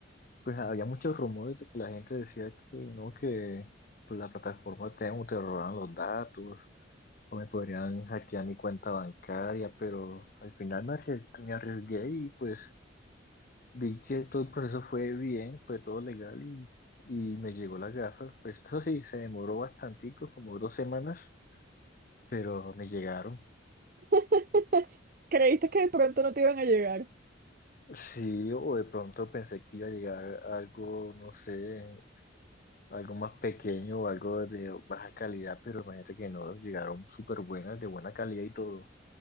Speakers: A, on the left (about 50°); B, on the right (about 50°).
A: pues había muchos rumores de que la gente decía que no, que pues la plataforma Temu te robaban los datos o me podrían hackear mi cuenta bancaria, pero al final me arrie- me arriesgué y pues Vi que todo el proceso fue bien, fue todo legal y, y me llegó la gafa. Pues eso sí, se demoró bastantico, como dos semanas, pero me llegaron.
B: <laughs> ¿Creíste que de pronto no te iban a llegar?
A: Sí, o de pronto pensé que iba a llegar algo, no sé, algo más pequeño o algo de baja calidad, pero imagínate que no, llegaron súper buenas, de buena calidad y todo.